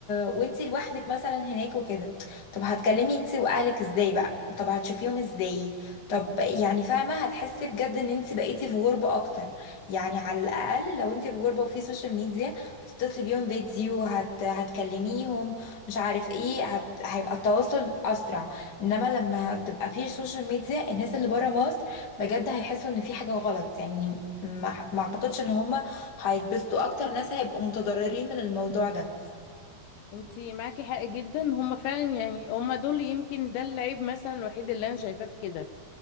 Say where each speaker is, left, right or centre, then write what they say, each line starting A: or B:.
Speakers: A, on the left (about 45°); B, on the left (about 75°).
A: وانتي لوحدك مثلا هناك وكده طب هتكلمي انتي واهلك ازاي بقى طب هتشوفيهم ازاي طب يعني فاهمه هتحسي بجد ان انتي بقيتي في غربه اكتر يعني على الاقل لو انتي في غربه وفي سوشيال ميديا هتتصلي بيهم فيديو هت... هتكلميهم مش عارف ايه هت... هيبقى التواصل اسرع انما لما هتبقى في سوشيال ميديا الناس اللي بره مصر بجد هيحسوا ان في حاجه غلط يعني ما ما اعتقدش ان هما هيتبسطوا اكتر ناس هيبقوا متضررين من الموضوع ده
B: انتي معاكي حق جدا هما فعلا يعني هما دول يمكن ده العيب مثلا الوحيد اللي انا شايفاه في كده